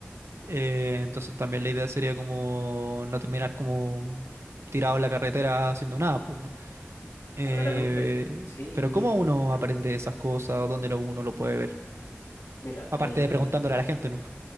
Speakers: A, on the right; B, on the left.
A: Eh, entonces también la idea sería como no terminar como tirado en la carretera haciendo nada, pues, ¿no? Eh,
B: Claramente, sí,
A: pero
B: mire,
A: ¿cómo uno
B: ujú.
A: aprende esas cosas? ¿Dónde lo, uno lo puede ver?
B: Mira, el-
A: Aparte de preguntándole a la gente, ¿no?